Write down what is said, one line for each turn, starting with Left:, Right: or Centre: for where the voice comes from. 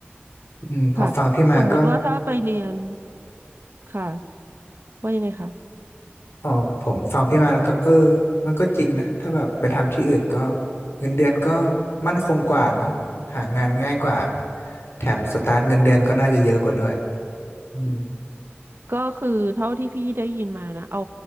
Left: อืมพอฟังพี่มาก็
Right: ค่ะสมมติว่าถ้าไปเรียนค่ะว่ายังไงคะ
Left: พอผมฟังพี่มาแล้วก็เออมันก็จริงนะถ้าแบบไปทำที่อื่นก็เงินเดือนก็มั่นคงกว่าเนาะหางานง่ายกว่าแถมสตาร์ทเงินเดือนก็น่าจะเยอะกว่าด้วยอืม
Right: ก็คือเท่าที่พี่ได้ยินมานะเอา